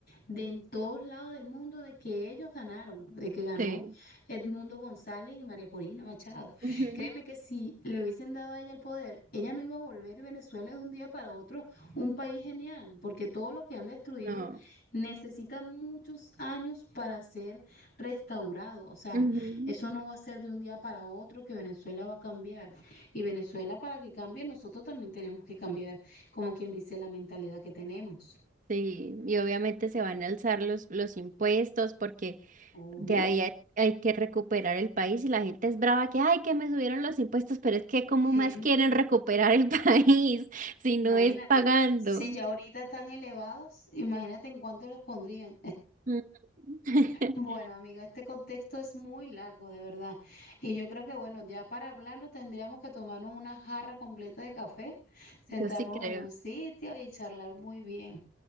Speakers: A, on the left; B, on the right.
A: de en todos lados del mundo de que ellos ganaron, de que ganó
B: Sí.
A: Edmundo González y María Corina Machado.
B: ujú,
A: Créeme que si le hubiesen dado a ella el poder, ella no iba a volver Venezuela de un día para otro un país genial, porque todo lo que han destruido
B: No.
A: Necesita muchos años para ser restaurado. O sea,
B: ujú,
A: eso no va a ser de un día para otro que Venezuela va a cambiar. Y Venezuela para que cambie, nosotros también tenemos que cambiar, como quien dice, la mentalidad que tenemos.
B: Sí, y obviamente se van a alzar los, los impuestos porque
A: Obvio.
B: de ahí hay, hay que recuperar el país y la gente es brava que, ay, que me subieron los impuestos, pero es que ¿cómo
A: Sí.
B: más quieren recuperar el <laughs> país si
A: Imagínate,
B: no es pagando?
A: si ya ahorita están elevados, imagínate en cuánto los pondrían.
B: Ujú. <laughs>
A: Bueno, amiga, este contexto es muy largo, de verdad. Y yo creo que, bueno, ya para hablarlo tendríamos que tomarnos una jarra completa de café, sentarnos
B: Yo sí creo,
A: en un sitio y charlar muy bien.